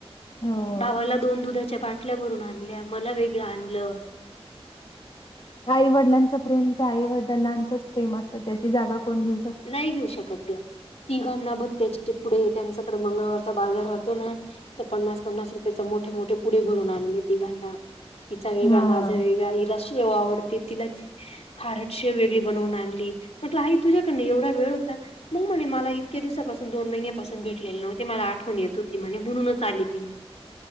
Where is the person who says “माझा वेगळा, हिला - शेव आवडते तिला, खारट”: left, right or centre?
Left